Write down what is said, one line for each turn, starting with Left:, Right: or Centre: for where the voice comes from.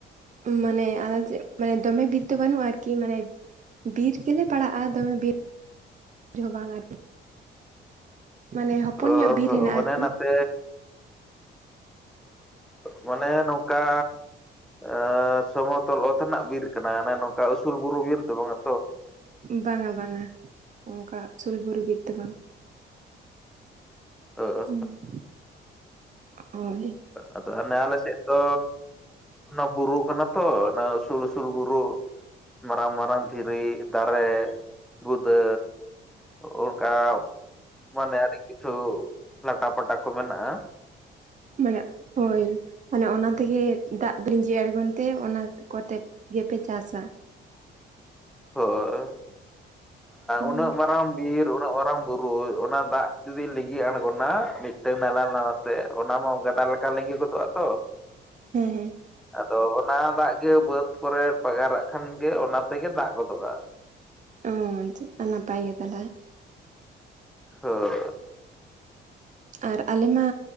Right: ᱢᱟᱱᱮ ᱟᱞᱮ ᱫᱚ ᱪᱮᱫ ᱢᱟᱱᱮ ᱫᱚᱢᱮ ᱵᱤᱛ ᱫᱚ ᱵᱟᱹᱱᱩᱜᱼᱟ ᱟᱨᱠᱤ ᱢᱟᱱᱮ ᱵᱤᱨ ᱜᱮᱞᱮ ᱯᱟᱲᱟᱜᱼᱟ ᱫᱚᱢᱮ ᱵᱤᱨ ᱦᱚᱸ ᱵᱟᱝ ᱟᱨᱠᱤ᱾ ᱢᱟᱱᱮ ᱦᱚᱯᱚᱱ
Centre: ᱚ
Right: ᱧᱚᱜ ᱵᱤᱨ ᱦᱮᱱᱟᱜᱼᱟ
Centre: ᱦᱚᱸ ᱢᱟᱱᱮ
Right: ᱟᱨᱠᱤ,
Centre: ᱱᱟᱛᱮ ᱢᱟᱱᱮ ᱱᱚᱝᱠᱟ ᱮᱻ ᱥᱚᱢᱚᱛᱚᱞ ᱳᱛ ᱨᱮᱱᱟᱜ ᱵᱤᱨ ᱠᱟᱱᱟ᱾ ᱚᱱᱮ ᱱᱚᱝᱠᱟ ᱩᱥᱩᱞ ᱵᱩᱨᱩ ᱵᱤᱨ ᱫᱚ ᱵᱟᱝᱟ ᱛᱚ?
Right: ᱵᱟᱝᱟ ᱵᱟᱝᱟ ᱚᱱᱠᱟ ᱩᱥᱩᱞ ᱵᱩᱨᱩ ᱵᱤᱨ ᱫᱚ ᱵᱟᱝ᱾
Centre: ᱚ ᱦᱚᱸ
Right: ᱦᱩᱸ, ᱦᱳᱭ᱾
Centre: ᱟᱫᱚ ᱚᱱᱮ ᱟᱞᱮ ᱥᱮᱫ ᱫᱚ ᱚᱱᱟ ᱵᱩᱨᱩ ᱠᱟᱱᱟ ᱛᱚ ᱚᱱᱟ ᱩᱥᱩᱞ ᱩᱥᱩᱞ ᱵᱩᱨᱩ ᱾ ᱢᱟᱨᱟᱝ ᱢᱟᱨᱟᱝ ᱫᱷᱤᱨᱤ ᱫᱟᱨᱮ ᱜᱩᱫᱟᱹ ᱚᱱᱠᱟ ᱢᱟᱱᱮ ᱟᱹᱰᱤ ᱠᱤᱪᱷᱩ ᱞᱟᱴᱟᱯᱴᱟ ᱠᱚ ᱢᱮᱱᱟᱜᱼᱟ ᱾
Right: ᱢᱟᱱᱮ ᱳᱭ ᱢᱟᱱᱮ ᱚᱱᱟ ᱛᱮᱜᱮ ᱫᱟᱜ ᱞᱤᱡᱤᱱ ᱟᱲᱜᱚᱱ ᱛᱮ ᱚᱱᱟ ᱠᱚᱛᱮ ᱜᱮᱯᱮ ᱪᱟᱥᱟ?
Centre: ᱦᱳᱭ
Right: ᱦᱮᱸ
Centre: ᱩᱱᱟᱹᱜ ᱢᱟᱨᱟᱝ ᱵᱤᱨ ᱩᱱᱟᱹᱜ ᱢᱟᱨᱟᱝ ᱵᱩᱨᱩᱭ ᱚᱱᱟ ᱫᱟᱜ ᱡᱩᱫᱤ ᱞᱤᱜᱤᱜ ᱟᱬᱜᱚᱱᱟ ᱢᱤᱫᱴᱟᱝ ᱱᱟᱞᱟ ᱨᱮᱱᱟᱜ ᱮᱱᱛᱮᱫ ᱚᱱᱟ ᱢᱟ ᱜᱟᱰᱟ ᱞᱮᱠᱟ ᱞᱤᱸᱜᱤ ᱜᱚᱫᱚᱜᱼᱟ ᱛᱚ
Right: ᱦᱮᱸ
Centre: ᱟᱫᱚ ᱚᱱᱟ ᱫᱟᱜ ᱜᱮ ᱵᱟᱹᱫ ᱠᱚᱨᱮ ᱯᱟᱜᱟᱨᱟᱜ ᱠᱷᱟᱱ ᱜᱮ ᱚᱱᱟ ᱛᱮᱜᱮ ᱫᱟᱜ ᱜᱚᱫᱚᱜᱼᱟ᱾
Right: ᱦᱩ ᱪᱮᱫ ᱠᱟ ᱱᱟᱯᱟᱭ ᱜᱮᱭᱟ ᱛᱟᱦᱚᱞᱮ
Centre: ᱦᱳᱭ᱾
Right: ᱟᱨ ᱟᱞᱮ ᱢᱟ